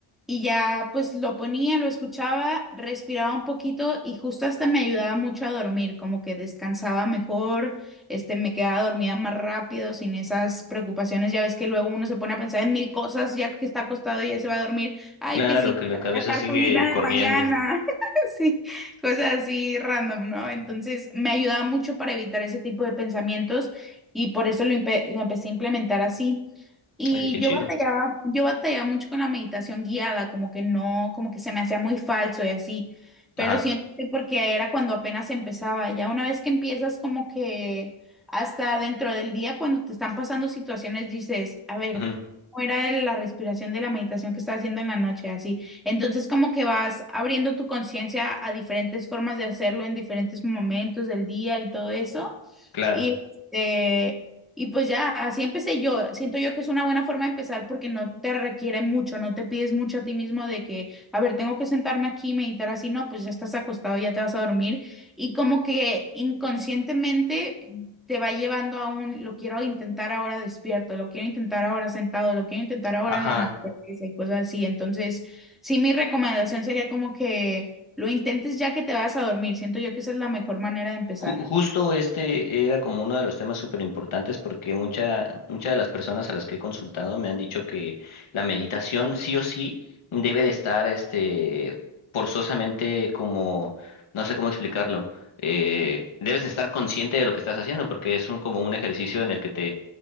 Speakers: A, in the centre; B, on the left.
A: y ya pues lo ponía, lo escuchaba, respiraba un poquito y justo hasta me ayudaba mucho a dormir, como que descansaba mejor, este, me quedaba dormida más rápido, sin esas preocupaciones. Ya ves que luego uno se pone a pensar en mil cosas ya que está acostado y ya se va a dormir. Ay,
B: Claro,
A: que sí,
B: que la cabeza
A: la cartulina
B: sigue corriendo.
A: de mañana. <laughs> Sí, cosas así random, ¿no? Entonces me ayudaba mucho para evitar ese tipo de pensamientos y por eso lo, empe- lo empecé a implementar así. Y
B: Oye, qué chido.
A: yo batallaba, yo batallaba mucho con la meditación guiada, como que no, como que se me hacía muy falso y así. Pero
B: Ajá.
A: siento que porque era cuando apenas empezaba, ya una vez que empiezas como que hasta dentro del día cuando te están pasando situaciones dices, a ver,
B: ujú,
A: ¿cómo era el- la respiración de la meditación que estaba haciendo en la noche? Así. Entonces como que vas abriendo tu conciencia a diferentes formas de hacerlo en diferentes momentos del día y todo eso.
B: Claro.
A: Y este, y pues ya, así empecé yo. Siento yo que es una buena forma de empezar porque no te requiere mucho, no te pides mucho a ti mismo de que, a ver, tengo que sentarme aquí y meditar así, no, pues ya estás acostado, ya te vas a dormir. Y como que inconscientemente te va llevando a un, lo quiero intentar ahora despierto, lo quiero intentar ahora sentado, lo quiero intentar ahora
B: Ajá.
A: en la naturaleza y cosas así. Entonces, sí, mi recomendación sería como que lo intentes ya que te vas a dormir. Siento yo que esa es la mejor manera de empezar.
B: Ju- Justo este era como uno de los temas súper importantes porque mucha, muchas de las personas a las que he consultado me han dicho que la meditación sí o sí debe de estar este, forzosamente como, no sé cómo explicarlo, eh, debes de estar consciente de lo que estás haciendo porque es un, como un ejercicio en el que